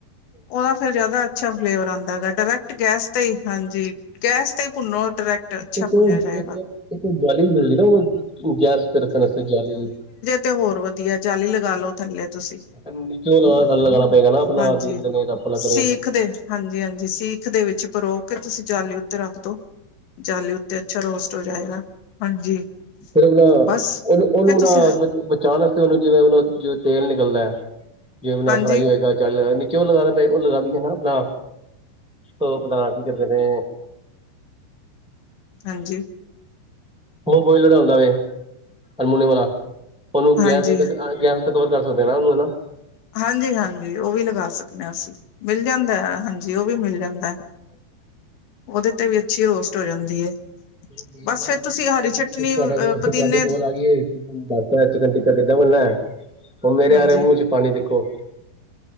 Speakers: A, on the left; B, in the centre.
A: ਉਹਦਾ ਫੇਰ ਜ਼ਿਆਦਾ ਅੱਛਾ ਫਲੇਵਰ ਆਉਂਦਾ ਹੈਗਾ ਡਾਇਰੈਕਟ ਗੈਸ ਤੇ ਹਾਂਜੀ ਗੈਸ ਤੇ ਭੁੰਨੋ ਡਾਇਰੈਕਟ ਅੱਛਾ
B: ਇੱਕ
A: ਭੁੰਨਿਆ
B: ਉਹ
A: ਜਾਏਗਾ
B: ਇੱਕ ਜਾਲੀ ਵੀ ਮਿਲਦੀ ਨਾ ਉਹ ਗੈਸ ਤੇ ਰੱਖਣਤੇ ਜਾਲੀ
A: ਤੇ ਹੋਰ ਵਧੀਆ ਜਾਲੀ ਲਗਾ ਲੋ ਥੱਲੇ ਤੁਸੀਂ
B: ਨੀਚੇ ਉਹ ਲਗਾ ਲਗਾਉਣਾ ਪਏਗਾ ਨਾ ਆਪਣਾ
A: ਹਾਂਜੀ
B: ਕੀ ਕਹਿੰਦੇ ਨੇ ਰੱਪ ਲੱਗ
A: ਸਿੱਖਦੇ
B: ਰਿਹਾ
A: ਹਾਂਜੀ ਹਾਂਜੀ ਸਿੱਖ ਦੇ ਵਿੱਚ ਪਰੋ ਤੁਸੀਂ ਜਾਲੀ ਉੱਤੇ ਰੱਖਦੋ ਜਾਲੀ ਉੱਤੇ ਅੱਛਾ ਰੋਸਟ ਹੋ ਜਾਏਗਾ ਹਾਂਜੀ।
B: ਫਿਰ ਬ ਨਾ ਉਹਨੂੰ
A: ਬਸ
B: ਉਹਨੂੰ
A: ਫਿਰ ਤੁਸੀਂ
B: ਬ ਬਚਾਉਣ ਵਾਸਤੇ ਉਹਨੂੰ ਜਿਵੇਂ ਉਹਨ ਜਿਵੇ ਤੇਲ ਨਿਕਲਦਾ ਹੈ। ਜਿ
A: ਹਾਂਜੀ
B: ਬਿਨਾ ਫਰਾਈ ਹੋਏਗਾ ਚ ਨੀਚੇ ਉਹ ਲਗਾ ਦਿੰਦਾ ਉਹ ਲਗਾਦੀ ਨਾ ਬ ਉਹ ਆਪਣਾ ਕੀ ਕਰਦੇ ਨੇ
A: ਹਾਂਜੀ
B: ਮ ਫੋਈ ਲੜਾਉਂਦਾ ਵੇ ਅਰਮੋਨੀਅਮ ਵਾਲਾ ਉਹਨੂੰ
A: ਹਾਂਜੀ
B: ਗੈਸ ਗੈਸ ਕਵਰ ਕਰ ਸਕਦੇ ਨਾ ਉਹਨੂੰ ਹਨਾ
A: ਹਾਂਜੀ ਹਾਂਜੀ ਉਹ ਵੀ ਲਗਾ ਸਕਦੇ ਹਾਂ ਅਸੀਂ ਮਿਲ ਜਾਂਦਾ ਹਾਂਜੀ ਜ ਉਹ ਵੀ ਮਿਲ ਜਾਂਦਾ ਉਹਦੇ ਤੇ ਵੀ ਅੱਛੀ ਰੋਸਟ ਹੋ ਜਾਂਦੀ ਹੈ।
B: ਚਲੋ ਕੋਈ
A: ਬਸ
B: ਨਾ
A: ਫਿਰ ਹਰੀ
B: ਤੁਸੀਂ
A: ਚਟਨੀ
B: ਤੁਹਾਡਾ
A: ਅ
B: ਕੋਲ
A: ਪੁਦੀਨੇ
B: ਤੁਹਾਡੇ ਕੋਲ
A: ਦੀ
B: ਆ ਗਈ ਏ ਚਿਕਨ ਟਿੱਕਾ ਕਿੱਦਾਂ ਬਨ ਨਾ ਉਹ ਮੇਰੇ
A: ਹਾਂਜੀ
B: ਆਰੇ ਮੂੰਹ ਚ ਪਾਣੀ ਦੇਖੋ